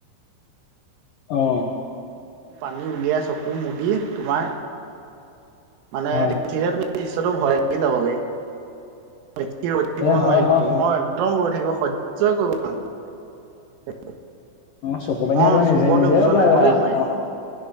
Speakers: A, on the left (about 70°); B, on the right (about 75°).
A: অ'
B: পানী উলিয়াই চকু মুদি তোমাৰ মানে
A: হয়
B: দেখিলে তুমি দৃশ্যটো ভয় লাগি যাবগে। স্থিৰ ৰৈ থাকিব
A: এ হয়
B: নোৱাৰিলো
A: হয় অ
B: মই একদম ৰৈ থাকিব স সহ্য কৰিব পৰা নাই।
A: চকু পানীহঁতৰ
B: <unintelligible> চুবলৈ
A: নিজে নিজে
B: ওচৰলে
A: ওলাই যায়
B: গলেই
A: অকণ
B: নোৱাৰি
A: সময়